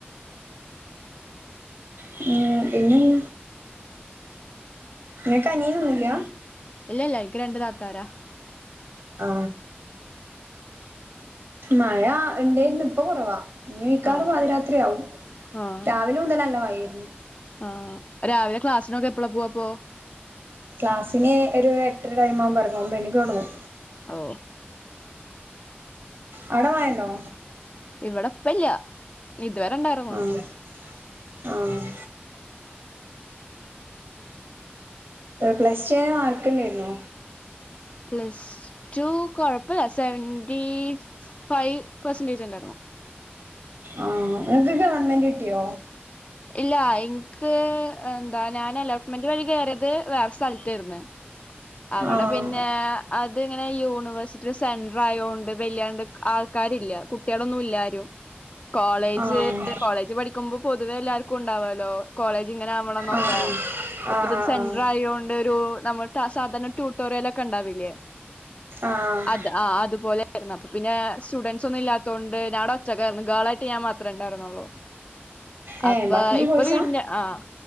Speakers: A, on the right (about 80°); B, on the left (about 35°).
A: ഹും പിന്നെ എൻ നിങ്ങക്ക് അനിയനൊന്നുല്ല
B: ഇല്ല ഇല്ല എനിക്ക് രണ്ട് താത്താരാ
A: ആ മഴ ഉണ്ടേര്ന്ന് ഇപ്പ കൊറവാ ഇനി മിക്കാറും
B: ആഹ്
A: പാതിരാത്രിയാവും
B: ആഹ്
A: രാവിലെ മുതലല്ല മഴ ആയരുന്നു
B: ആഹ് രാവിലെ ക്ലാസ്സിനൊക്കെ എപ്പ്ളാ പോവാപ്പോ
A: ക്ലാസ്സിന് ഒരു എട്ടര ടൈം ആമ്പോൾ എർങ്ങും ഒമ്പെണിക്ക് തൊടങ്ങും
B: ഓ
A: അവിടെ മയണ്ടോ
B: ഇവിടെപ്പല്ല ഇതുവരെ ഇണ്ടായിരുന്നു
A: ആഹ് ആഹ് പ്ലസ് റ്റുവിന് മാർക്കിണ്ടായിരുന്നോ
B: പ്ലസ് ടു കൊഴപ്പല്ല സെവന്റി ഫൈവ് പെർസെന്റേജിണ്ടായിരുന്നു
A: ആഹ് നിങ്ങക്ക് ഗവൺമെന്റിട്ടിയോ
B: ഇല്ല ഇൻക്ക് എന്താ ഞാൻ അലോട്ട്മെന്റ് വഴി കയറിയത് വേറെ സ്ഥലത്തയിരുന്നു അവിടെ
A: ആഹ്
B: പിന്നെ അതിങ്ങനെ യൂണിവേഴ്സിറ്റിടെ സെന്റ്രായോണ്ട് വെല്യാണ്ട് ആൾക്കാരില്ല കുട്ട്യാളൊന്നുല്ലാരും കോളേജ്
A: ആഹ്
B: കോളേജ് പഠിക്കുമ്പോ പൊതുവെ എല്ലാർക്കുണ്ടാവല്ലോ കോളേജ് ഇങ്ങനെ ആവണം നൊക്കെ
A: ആഹ്
B: ഇ
A: ആഹ്
B: പ്പം ഇത്
A: ആഹ് ആഹ്
B: സെന്റ്രായോണ്ട്
A: ആഹ്
B: ഒരു നമ്മ സാധാരണ ട്യൂട്ടോറ്യെൽ ഒക്കെ ഇണ്ടാവില്ലേ
A: ആഹ്
B: അത് ആഹ് അതുപോലൊയിരുന്നു അപ്പൊ പിന്നെ സ്റ്റുഡന്റ്സൊന്നുല്ലാത്തോണ്ട് ഞാടെ ഒറ്റക്കാരുന്നു ഗേളായിട്ട് ഞാൻ മാത്രേ ഇണ്ടാരുന്നൊള്ളൂ
A: ഏ
B: അപ്പൊ
A: ബാക്കിയൊക്കെ
B: ഇപ്പൊ
A: കോഴ്സാ
B: വീടിന്റെ ആഹ്